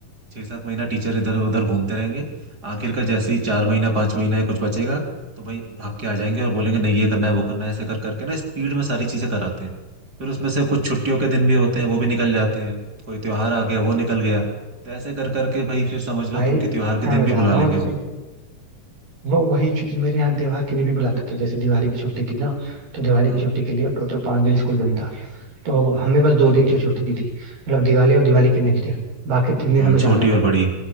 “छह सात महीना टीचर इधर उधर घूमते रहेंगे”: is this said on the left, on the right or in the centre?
Right